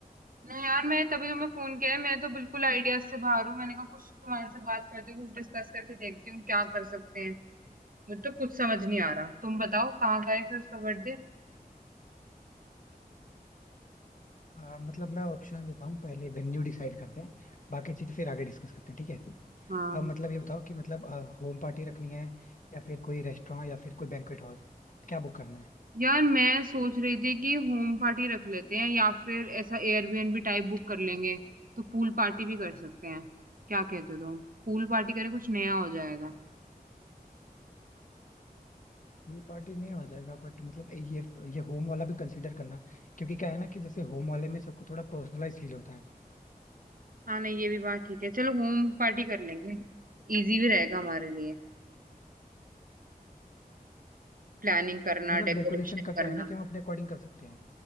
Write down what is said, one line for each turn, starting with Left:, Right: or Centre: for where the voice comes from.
Right: ना यार मैं तभी तुम्हें फोन किया है मैं तो बिल्कुल आइडियाज से बाहर हूँ मैंने कहा कुछ तुम्हारे से बात करती हूँ कुछ डिस्कस करके देखती हूँ क्या कर सकते हैं मुझे तो कुछ समझ नहीं आ रहा तुम बताओ कहाँ का है फिर उसका बर्थडे
Left: आ, मतलब मैं ऑप्शन देता हूँ पहले वेन्यू डिसाइड करते हैं बाकी चीज फिर आगे डिस्कस करते हैं ठीक है
Right: हाँ
Left: अब मतलब ये बताओ कि मतलब होम पार्टी रखनी है या फिर कोई रेस्टोरेंट या फिर कोई बैंक्वेट हॉल क्या बुक करना है
Right: यार मैं सोच रही थी कि होम पार्टी रख लेते हैं या फिर ऐसा एयरबीएनबी टाइप बुक कर लेंगे तो पूल पार्टी भी कर सकते हैं क्या कहते हो तुम पूल पार्टी करें कुछ नया हो जाएगा
Left: फुल पार्टी नहीं हो जाएगा बट मतलब ये ये होम वाला भी कंसीडर करना क्योंकि क्या है ना कि जैसे होम वाले में सबको थोड़ा पर्सनलाइज फील होता है
Right: हाँ नहीं ये भी बात ठीक है चलो होम पार्टी कर लेंगे इजी भी रहेगा हमारे लिए प्लानिंग करना
Left: मतलब
Right: डेकोरेशन
Left: डेकोरेशन का क्या
Right: करना
Left: है ना कि हम अपने अकॉर्डिंग कर सकते हैं